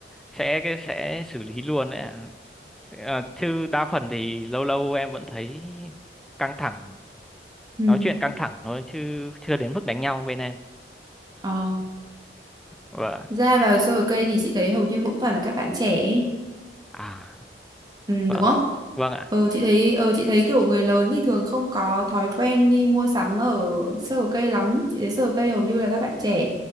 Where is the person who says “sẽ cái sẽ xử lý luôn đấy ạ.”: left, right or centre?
Centre